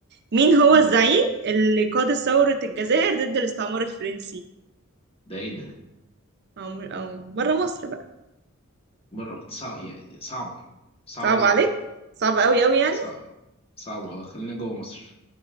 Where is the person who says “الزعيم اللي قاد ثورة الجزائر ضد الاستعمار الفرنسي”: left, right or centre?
Right